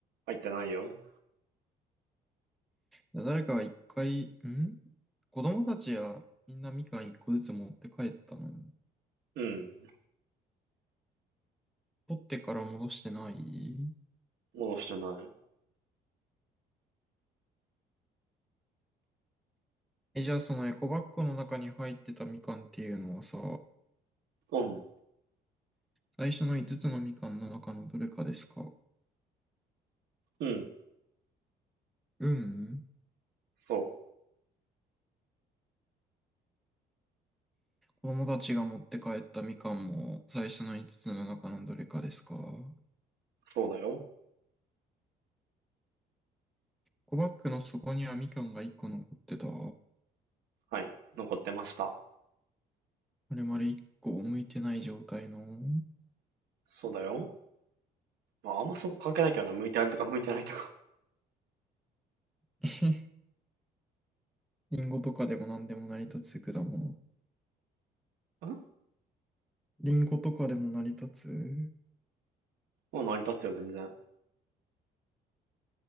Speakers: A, on the right (about 75°); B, in the centre.
A: 入ってないよ。
B: 誰かが一回、ん子供たちやみんなみかん一個ずつ持って帰ったの
A: うん。
B: 取ってから戻してない
A: 戻してない。
B: え、じゃあそのエコバッグの中に入ってたみかんっていうのはさ、
A: うん。
B: 最初の5つつのみかんの中のどれかですか
A: うん。
B: うん
A: そう。
B: 子供たちが持って帰ったみかんも最初の5つつの中のどれかですかエ
A: そうだよ。
B: コバッグの底にはみかんが1個残ってたあ
A: はい。残ってました。
B: れまる1個剥いてない状態の
A: そうだよ。まあ、あんまそこ関係ないけどな。向いてあるとか向いてないとか。
B: <laughs> リンゴとかでも何でも成り立つ果物。
A: <laughs> ん
B: リンゴとかでも成り立つう
A: もう成り立つよ、全然。